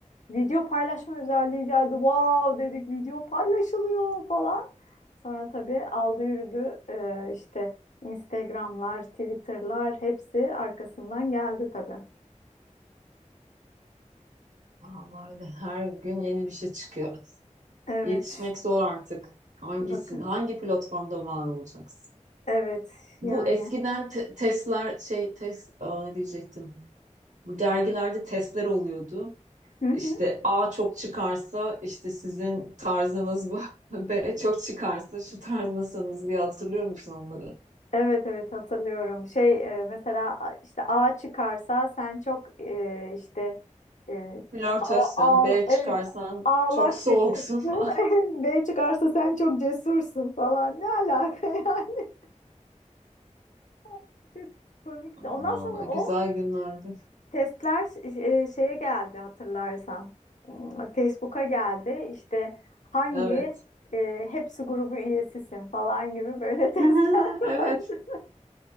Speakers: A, on the left; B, on the right.
A: video paylaşma özelliği geldi. Wow dedik video paylaşılıyor falan. Sonra tabii aldı yürüdü Ee, işte Instagram'lar, Twitter'lar hepsi arkasından geldi tabii.
B: Vallahi öyle her gün yeni bir şey çıkıyor.
A: Evet.
B: Yetişmek zor artık. Hangisin,
A: Bakın.
B: hangi platformda var olacaksın?
A: Evet
B: Bu
A: yani.
B: eskiden te- testler şey test aa, ne diyecektim? Bu dergilerde testler oluyordu.
A: <laughs>
B: İşte A çok çıkarsa işte sizin tarzınız bu. <laughs> B çok çıkarsa şu tarzdasınız diye hatırlıyor musun onları?
A: Evet evet hatırlıyorum. Şey e, mesela a- işte A çıkarsa sen çok e, işte e,
B: Flörtözsün.
A: a- ağ-
B: B
A: evet
B: çıkarsan
A: ağlak
B: çok soğuksun
A: bir kızsın.
B: falan.
A: <laughs> B çıkarsa sen çok cesursun falan. Ne alaka yani? <laughs> Çok komikti.
B: <laughs> Ay,
A: Ondan
B: vallahi
A: sonra o
B: güzel günlerdi.
A: testler ş- e, şeye geldi hatırlarsan. Hmm, Facebook'a geldi. İşte hangi
B: Evet.
A: e, hepsi grubu üyesisin falan gibi böyle <laughs>
B: <laughs>
A: testler
B: Evet.
A: vardı.